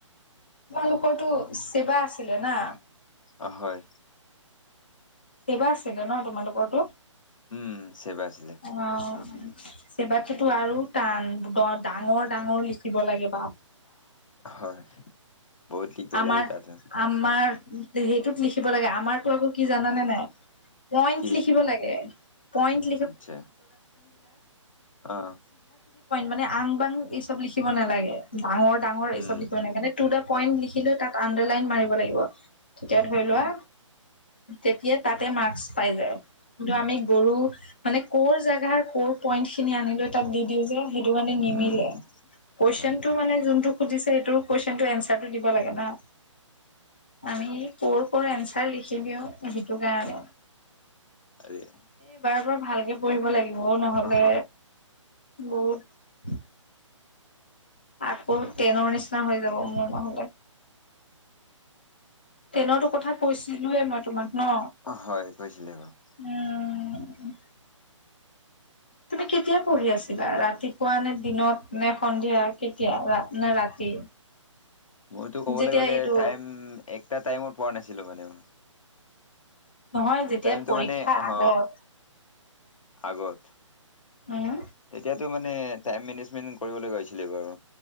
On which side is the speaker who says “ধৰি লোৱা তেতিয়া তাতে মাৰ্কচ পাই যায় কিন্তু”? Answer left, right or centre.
Left